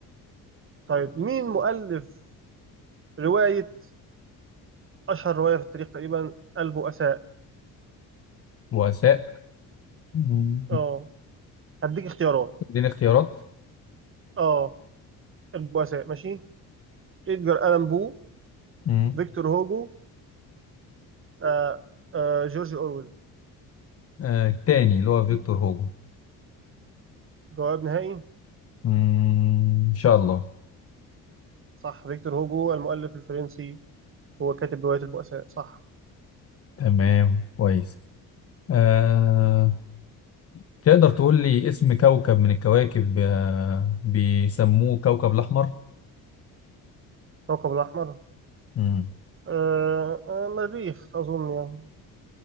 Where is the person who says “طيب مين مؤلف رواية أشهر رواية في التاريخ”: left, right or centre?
Right